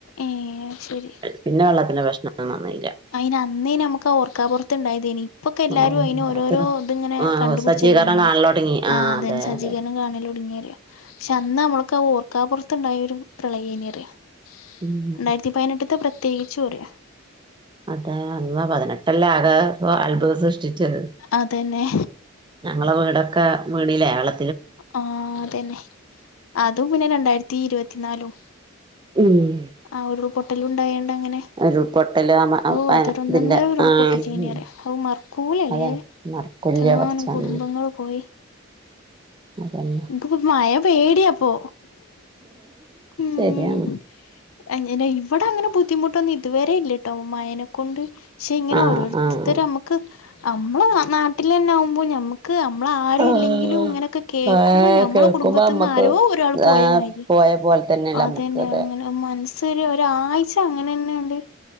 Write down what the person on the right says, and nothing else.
പിന്നെ വെള്ളത്തിന്റെ പ്രശ്നം വന്നീല
ഓ
വല്ലാത്തൊരു
ആ
സജ്ജീകരണം
കാണല് തുടങ്ങി ആ
അതെ
അതെ
ഉം
അതെ അല്ല പതിനെട്ടല്ല ആണ് ഇ അത്ഭുത ഷിച്ച്
ഞങ്ങളെ വീടൊക്കെ വീണിലേ വെള
ഉം
ഉരുൾപൊട്ടല് ആ മ-
ആ
ഇതിന്റെ
ആ
ഉം.
അതെ മറക്കൂല്ല
പടച്ചോനെ
അതന്നെ
ശരിയാണ്
ആഹ്
ആഹ്
ആഹ്
ആഹ്
കേൾക്കുമ്പോ
അമ്മക്ക്
ആഹ്
പോയ പോലെ തന്നെയല്ലേ
അമ്മക്ക് അതെ